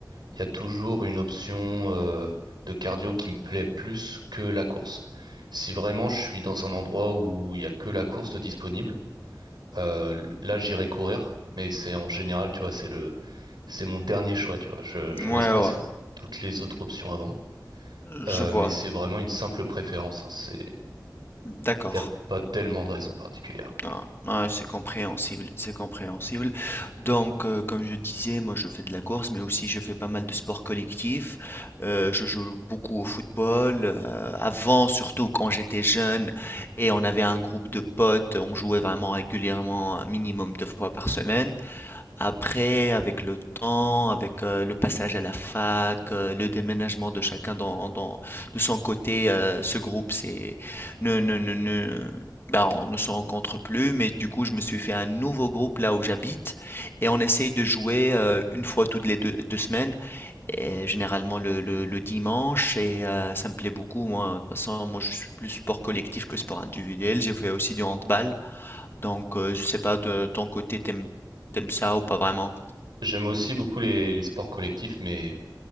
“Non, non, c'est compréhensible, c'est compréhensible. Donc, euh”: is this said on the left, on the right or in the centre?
Left